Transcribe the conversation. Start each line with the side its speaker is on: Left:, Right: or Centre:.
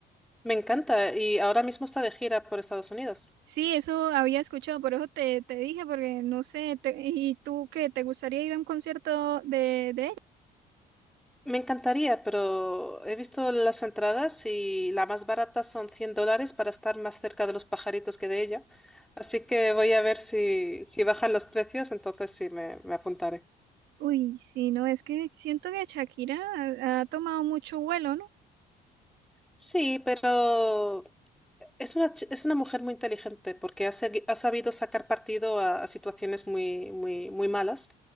Centre: Me encanta y ahora mismo está de gira por Estados Unidos.
Right: Sí, eso había escuchado, por eso te, te dije, porque no sé, te- ¿y tú qué? ¿Te gustaría ir a un concierto de, de ella?
Centre: Me encantaría, pero he visto las entradas y la más barata son 100 dólares para estar más cerca de los pajaritos que de ella. Así que voy a ver si, si bajan los precios, entonces sí me, me apuntaré.
Right: Uy, sí, no, es que siento que Shakira ha, ha tomado mucho vuelo, ¿no?
Centre: Sí, pero es una, ch- es una mujer muy inteligente porque ha, segui- ha sabido sacar partido a, a situaciones muy, muy, muy malas